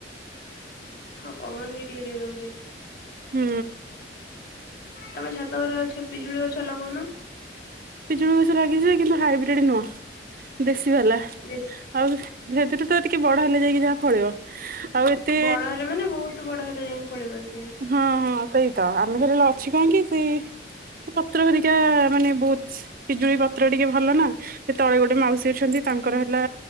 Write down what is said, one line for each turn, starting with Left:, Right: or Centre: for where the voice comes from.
Left: ହଁ ପବନ ବି ଟିକେ ଟିକେ ଦୋଉଚି।
Right: ହୁଁ।
Left: ତମେ ଛାତରେ ଗଛ ପିଜୁଳି ଗଛ ଲଗୋଉନ?
Right: ପିଜୁଳି ଗଛ ଲାଗିଚି ଯେ କିନ୍ତୁ ହାଇବ୍ରିଡ ନୁହଁ ଦେଶି ଗଲା
Left: ଦେଶୀ
Right: ଆଉ ସେଥିରୁ ତ ଟିକେ ବଡ ହେଲେ ଯାଇକି ଯାହା ଫଳିବ। ଆଉ ଏତେ
Left: ବଡ ହେଲେ ମାନେ ବହୁତ ବଡ ହେଲେ ଯାଇକି ଫଳିବ ସିଏ
Right: ହଁ ହଁ ସେଇ ତ ଆମେ ଫରଳେ ଅଛି କାହିଁକି ସେ ପତ୍ର ହେ ଲରିକା ମାନେ ବହୁତ ପିଜୁଳି ପତ୍ର ଟିକେ ଭଲ ନା ସେ ତଳେ ଗୋଟେ ମାଉସୀ ଅଛନ୍ତି ତାଙ୍କର ହେଲା